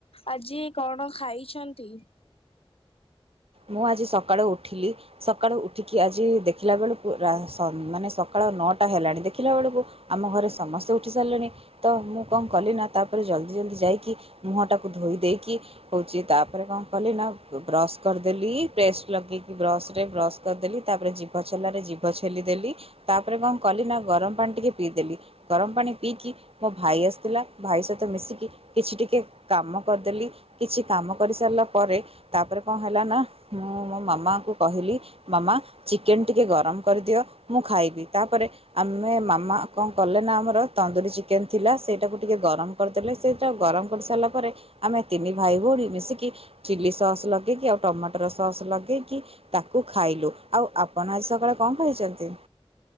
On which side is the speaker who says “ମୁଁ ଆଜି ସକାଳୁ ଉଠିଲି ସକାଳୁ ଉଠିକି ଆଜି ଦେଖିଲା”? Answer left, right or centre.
Right